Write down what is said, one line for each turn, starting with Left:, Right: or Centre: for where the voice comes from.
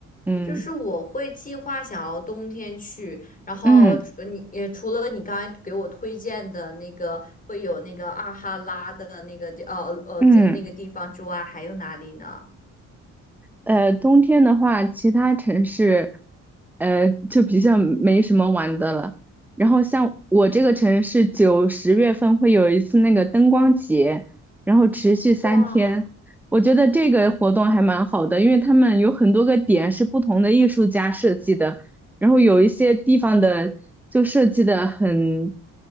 Centre: 嗯
Left: 就是我会计划想要冬天去，然后除呃你也除了你刚才给我推荐的那个会有那个阿哈拉的那个地呃呃这那个地方之外，
Centre: 嗯嗯。
Left: 还有哪里呢？
Centre: 呃，冬天的话，其他城市，呃，就比较没什么玩的了。然后像我这个城市，九十月份会有一次那个灯光节，然后持续三天。
Left: 哇
Centre: 我觉得这个活动还蛮好的，因为他们有很多个点是不同的艺术家设计的，然后有一些地方的就设计的很